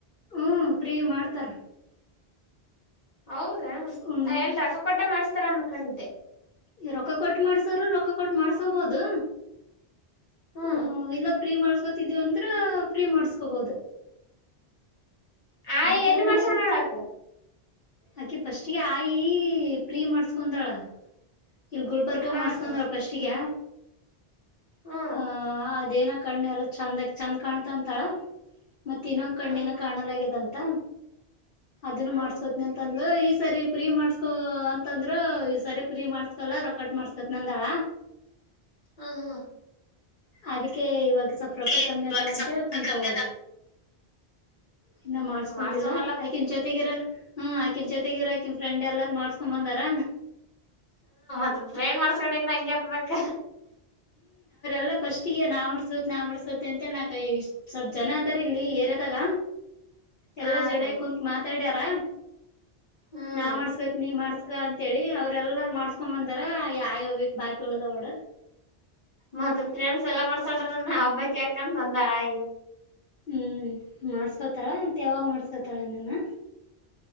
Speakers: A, on the left (about 55°); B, on the left (about 35°).
A: ಹ ಫ್ರೀ ಮಾಡ್ತಾರ
B: ಹೌದಾ
A: ಹ್ಮ್
B: ನಾ ಎಲ್ ರೊಕ್ಕ ಕೊಟ್ಟೆ ಮಾಡ್ಸ್ತಾರ ಅನ್ಕೊಂಡಿದ್ದೆ
A: ಈ ರೊಕ್ಕ ಕೊಟ್ಟು ಮಾಡ್ಸ್ರ ರೊಕ್ಕ ಕೊಟ್ಟು ಮಾಡ್ಸೋಬಹದು
B: ಹ್ಮ್
A: ಹ ಇಲ್ಲು ಪ್ರೀ ಮಾಡಬೇಕು ಅಂದ್ರ ಫ್ರೀ ಮಾಡಸ್ಕೋಬೋುದು
B: ಆಯ್
A: ಆ ತರಾನೂ
B: ಎಲ್ಲಿ ಮಾಡ್ಸೋಣಕ್ಕ
A: ಇರುತ್ತ ಅಕಿ ಪಫಸ್ಟ್ಗೆ ಆಯಿ ಪ್ರೀ ಮಾಡಸ್ಕೊಂದಾಳ ಇಲ್ ಗುಲ್ಬರ್ಗ
B: ಆ
A: ಮಾಡ್ಸ್ಕೊಂಡ್ರ
B: ಅಕ್ಕ
A: ಪಫಸ್ಿಗ
B: ಹ್ಮ್
A: ಆ ಅದೇನ ಕಣ್ಣೆ ಎಲ್ಲ ಚಂದಾಗ ಚೆಂದ ಕಾಣ್ತಂತಾಳ ಮತ್ತ ಇನ್ನೊಂದ ಕಣ್ಣೆನ
B: ಹ್ಮ್ ಹ್ಮ್
A: ಕಾಣಲ್ ಆಗ್ಯದಂತ ಅದನ್ನು
B: ಹ್ಮ್
A: ಮಾಡ್ಸ್ಕೋತನಿ ಅಂತ ಈ ಸರಿ ಪ್ರೀ ಮಾಡ್ಸ್ಕೊ ಅಂತಂದ್ರ ಈ ಸರಿ ಪ್ರೀ ಮಾಡ್ಸ್ಕೊ ಸಲ ರೊಕ್ಕಟ್ ಮಾಡ್ಸ್ತೇತ್ ನಂದಳ
B: ಹ ಹಾ
A: ಅದಕ್ಕೆ ಇವಾಗ ಸ್ವಲ್ಪ ರೊಕ್ಕ
B: ಇವಾಗ
A: ಕಮ್ಮಿ ಅದಾವ ಅಂತ
B: ಸ್ವಲ್ಪ ರೊಕ್ಕ
A: ಕುೂತ
B: ಕಮ್ಮಿ
A: ಹೋಡು
B: ಅದ
A: ಇನ್ನ
B: ಹ್ಮ್
A: ಮಾಡ್ಸ್ಕೊಂಡಿಲ್ಲಾ
B: ಮಾಡ್ಸೊಂಬರ್ಲಕ್
A: ಅಯ್ಕೆ ಇನ್ ಜೊತೆಗಿರ ಹ್ಮ್ ಆಾಕಿನ್ ಜೊತೆಗಿರ ಆಾಕಿನ್ ಫ್ರೆಂಡ್ ಎಲ್ಲಾರು ಮಾಡ್ಸ್ಕೊೊಂಡ್ ಬಂದಾರ
B: ಅದು ಪ್ರ್ರೇಂಡ್ ಮಾಡಸ್ಕಡಿಂದ ಹಂಗೆ ಹತ್ಬೇಕ
A: ಲ್ಲ ಫಸ್ಟ್ಿಗೆ ನಾ ಮಾಡಡ್ಸ್ಕೊತ್ ನಾ ಮಾಡಸ್ಕೋತಿ ಅಂತೇಳಿ ನಾಕ ಇಷ್ಟ್ ಸ್ವಲ್ಪ ಜನ ಅತಾರ ಇಲ್ಲಿ ಏರ್ದಾಗ ಎಲ್ಲಾ
B: ಹ
A: ಜಡ
B: ಅಕ್ಕ
A: ಕುತ್ ಮಾತಾಡ್ಯಾರ
B: ಹ್ಮ್
A: ನಾ ಮಾಡಸ್ಕೇತ್ ನೀ ಮಾಡ್ಸ್ ಅಂತ ಹೇಳಿ ಅವ್ರೆಲ್ಲಾರ ಮಾಡ್ಸ್ಕೊ ಬಂದಾರ ಯಾ ಹ್ಬೇಕಕ್ ಬಾಕಿ ಉಳ್ದ ಅವಡ
B: ಮತ್ತತ್ ಫ್ರೆಂಡ್ಸ್ ಎಲ್ಲಾ ಮಾಡ್ಸೋಳ್ರ ನಾ ಹಬ್ಬಕ್ ಯಾಕಂತ ಬಂದಾಳಯ
A: ಹ್ಮ್ ಮಾಡಸ್ಕೋತಾಳತ್ಯಾವಾಗ ಮಾಡಸ್ಕೊತಾಳ ಇನ್ನನ್ನ